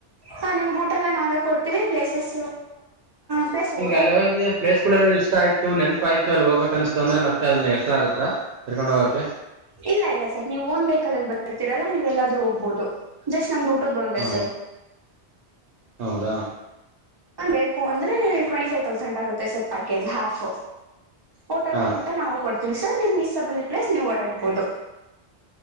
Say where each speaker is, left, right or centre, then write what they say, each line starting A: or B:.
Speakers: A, on the right (about 30°); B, on the right (about 65°).
A: ಹ ನಿಮ್ ಊಟ ಎಲ್ಲ ನಾವೇ ಕೊಡ್ತೀವಿ ಪ್ಲೇಸಸ್ ಪ್ಲೇಸ್ ಓ
B: ಎಲ್ಲಿ ಹೋದಿ ಪ್ಲೆಸಗಳು ಇಷ್ಟ ಆಯ್ತು ನೆನಪಾಯ್ತು ಅಲ್ಲಿ ಹೋಗಬೇಕ ಅನಿಸ್ತು ಅಂದ್ರೆ ಮತ್ತದನ್ನು ಎಕ್ಸ್ಟ್ರ ಆಗುತ್ತಾ. ಕರಕೊಂಡು ಹೋಗಕ್ಕೆ.
A: ಇಲ್ಲ ಇಲ್ಲ ಸರ್ ನೀವು ಒನ್ ವೈಹಿಕಲ್ ಅಲ್ಲಿ ಬರ್ತೀರಲ್ಲ ನೀವು ಎಲ್ಲಾದ್ರೂ ಹೋಗ್ಬಹುದು ಜಸ್ಟ್ ನಮ್ದ ಊಟದ ಒಂದೇ
B: ಹಾ
A: ಸರ್.
B: ಹೌದಾ.
A: ಹಾ ಬೇಕು ಅಂದ್ರೆ ಟ್ವೆಂಟಿ ಫೈವ್ ತೌಸಂಡ್ ಆಗುತ್ತೆ ಸರ್ ಪ್ಯಾಕೇಜ್ ಹಾಫ್. ಹೋಟೆಲ್
B: ಹಾ
A: ಊಟ ನಾವು ಕೊಡ್ತವಿ ಸರ್ ನಿಮಗೆ ಇಷ್ಟ ಬಂದಿದ ಪ್ಲೇಸ್ ನೀವು ಓಡಾಡ್ಬಹದು.